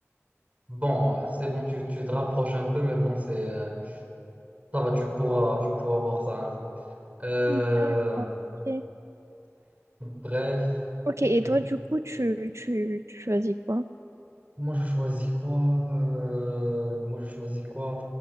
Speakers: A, on the right; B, on the right.
A: bon c'est bon tu, tu te rapproches un peu mais bon c'est euh, ça va tu pourras tu pourras voir ça un jour Euh,
B: D'accord. Ok,
A: bref
B: Ok,
A: qu'est-ce
B: et
A: que
B: toi, du coup, tu, tu, tu choisis quoi?
A: Moi, je choisis quoi? Euh, moi, je choisis quoi?